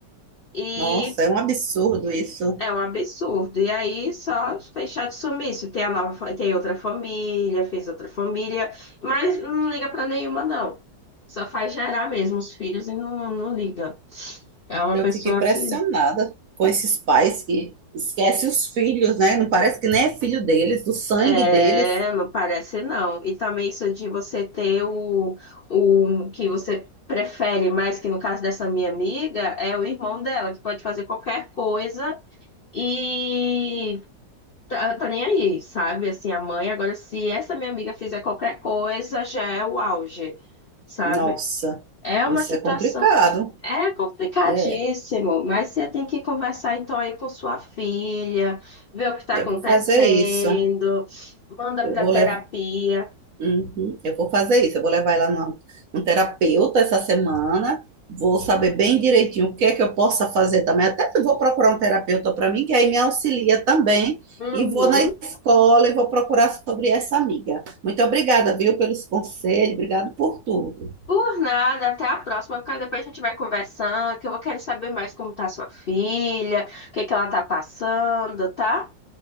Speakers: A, on the left (about 55°); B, on the right (about 60°).
A: E
B: nossa, é um absurdo isso.
A: É um absurdo. E aí só fechar de sumiço. Tem a nova, fa- tem outra família, fez outra família, mas não liga pra nenhuma, não. Só faz gerar mesmo os filhos e não, não liga. É uma
B: Eu
A: pessoa
B: fico impressionada
A: que
B: com esses pais que esquecem os filhos, né? Não parece que nem é filho deles, do sangue
A: é,
B: deles.
A: não parece não. E também isso de você ter o, o que você prefere mais, que no caso dessa minha amiga, é o irmão dela, que pode fazer qualquer coisa. E tá, tá nem aí, sabe? Assim, a mãe, agora se essa minha amiga fizer qualquer coisa, já é o auge, sabe?
B: Nossa,
A: É uma
B: isso
A: situação,
B: é complicado.
A: é complicadíssimo,
B: É,
A: mas você tem que conversar então aí com sua filha, ver o que está
B: eu
A: acontecendo,
B: vou fazer isso.
A: manda
B: Eu
A: para
B: vou
A: terapia.
B: levar Uhum. Eu vou fazer isso. Eu vou levar ela numa- num terapeuta essa semana. Vou saber bem direitinho o que é que eu possa fazer também. Até eu vou procurar um terapeuta para mim, que aí me auxilia também.
A: Uhum.
B: E vou na escola e vou procurar sobre essa amiga. Muito obrigada, viu, pelos conselhos. Obrigado por tudo.
A: Por nada, até a próxima, porque depois a gente vai conversando, que eu vou querer saber mais como tá sua filha, o que que ela tá passando, tá?